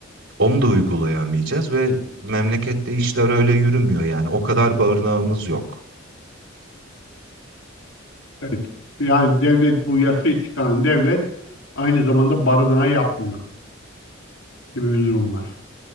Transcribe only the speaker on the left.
Evet. Yani devlet bu yasayı çıkaran devlet aynı zamanda barınağı yapmıyor gibi bir durum var.